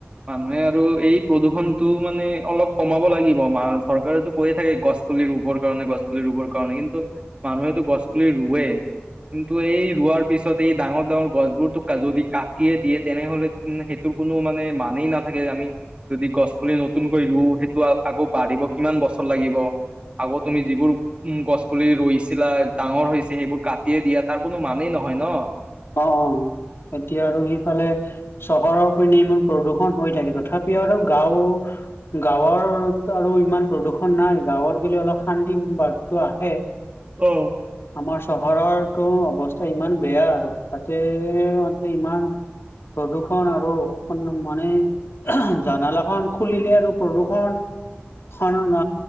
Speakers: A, on the right (about 25°); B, on the left (about 65°).
A: মানুহে আৰু এই প্ৰদূষণটো মানে অলপ কমাব লাগিব মা চৰকাৰেতো কৈয়ে থাকে গছ পুলি ৰুবৰ কাৰণে গছ পুলি ৰুবৰ কাৰণে কিন্তু মানুহেতো গছ পুলি ৰুৱে কিন্তু এই ৰোৱাৰ পিছত এই ডাঙৰ ডাঙৰ গছবোৰতো যদি কাটিয়ে দিয়ে তেনেহলে সেইটোৰ কোনো মানে মানেই নাথাকে আমি যদি গছ পুলি নতুনকৈ ৰুও সেইটো আকৌ বাঢ়িব কিমান বছৰ লাগিব আকৌ তুমি যিবোৰ উ গছ পুলি ৰৈছিলা ডাঙৰ হৈ হৈছে সেইবোৰ কাটিয়ে দিয়া তাৰ কোনো মানেই নহয় ন
B: অ অ এতিয়া আৰু সিফালে চহৰৰ উপ ইমান প্ৰদূষণ হৈ থাকে তথাপিও আৰু গাঁও গাঁৱত আৰু ইমান প্ৰদূষণ নাই গাঁৱত গ'লে অলপ শান্তি বাতটো আহে
A: অ
B: আমাৰ চহৰৰতো অৱস্থা ইমান বেয়া আৰু তাকে <unintelligible> ইমান প্ৰদূষণ আৰু মানে জানালাখন খুলিলে আৰু প্ৰদূষণ খনন